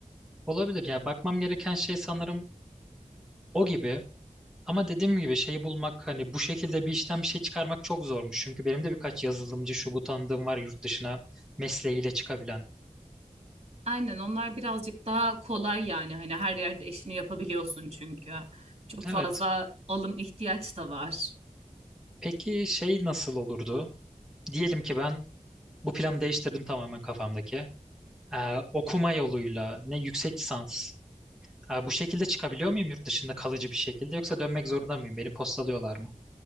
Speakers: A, in the centre; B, on the right (about 45°).
A: olabilir. Ya bakmam gereken şey sanırım o gibi. Ama dediğim gibi şeyi bulmak hani bu şekilde bir işten bir şey çıkarmak çok zormuş. Çünkü benim de birkaç yazılımcı şu bu tanıdığım var yurt dışına mesleğiyle çıkabilen.
B: Aynen onlar birazcık daha kolay yani hani her yerde işini yapabiliyorsun çünkü. Çok
A: Evet.
B: fazla alım ihtiyaç da var.
A: Peki şey nasıl olurdu? Diyelim ki ben bu planı değiştirdim tamamen kafamdaki. Ee, okuma yoluyla ne yüksek lisans. Ee, bu şekilde çıkabiliyor muyum yurt dışında kalıcı bir şekilde yoksa dönmek zorunda mıyım? Beni postalıyorlar mı?